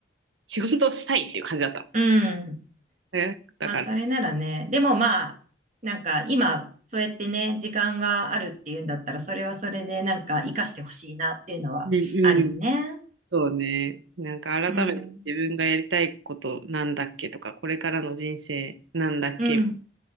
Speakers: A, on the right; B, on the right.
A: 仕事したいっていう感じだった
B: うん。
A: の。
B: まあ、
A: だから
B: それならね。でもまあ、なんか今、そうやってね、時間があるっていうんだったら、それはそれでなんか活かしてほしいなっていうのはあるよね。
A: うんうん。そうね。なんか改めて自分がやりたいことなんだっけとか、
B: うん。
A: これからの人生なんだっけ
B: うん、